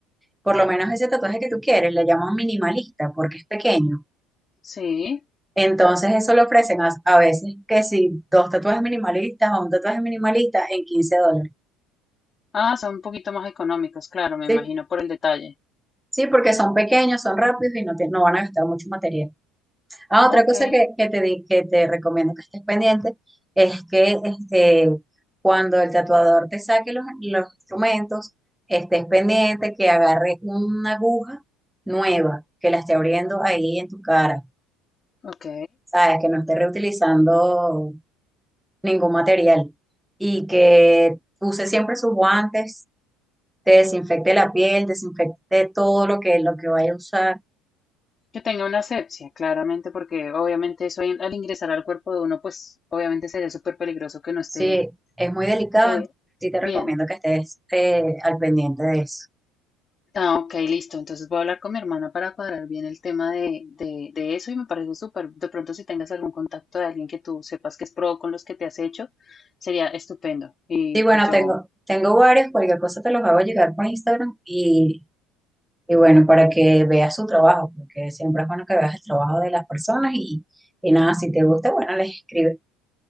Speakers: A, in the centre; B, on the left.
A: por lo menos ese tatuaje que tú quieres, le llaman minimalista porque es pequeño.
B: sí.
A: Entonces eso lo ofrecen a, a veces que si dos tatuajes minimalistas o un tatuaje minimalista en 15 dólares.
B: Ah, son un poquito más económicos, claro, me imagino
A: Sí,
B: por el detalle.
A: sí, porque son pequeños, son rápidos y no, te- no van a gastar mucho material. Ah, otra
B: Ok,
A: cosa que, que te, di- que te recomiendo que estés pendiente es que este, cuando el tatuador te saque los, los instrumentos, estés pendiente que agarre una aguja nueva, que la esté abriendo ahí en tu cara,
B: ok.
A: ¿sabes? Que no esté reutilizando ningún material y que use siempre sus guantes, te desinfecte la piel, desinfecte todo lo que, lo que vaya a usar
B: Que tenga una asepsia, claramente, porque obviamente eso en- al ingresar al cuerpo de uno, pues obviamente sería súper peligroso que no esté
A: Sí, es muy delicado,
B: eh,
A: entonces sí te
B: bien.
A: recomiendo que estés eh, al pendiente de eso.
B: Ah, ok, listo. Entonces voy a hablar con mi hermana para cuadrar bien el tema de, de, de eso y me parece súper, de pronto si tengas algún contacto de alguien que tú sepas que es pro con los que te has hecho, sería estupendo. Y
A: Sí,
B: pues
A: bueno,
B: yo,
A: tengo, tengo varios, cualquier cosa te los hago llegar por Instagram y, y bueno, para que veas su trabajo, porque siempre es bueno que veas el trabajo de las personas y, y nada, si te gusta, bueno, les escribes.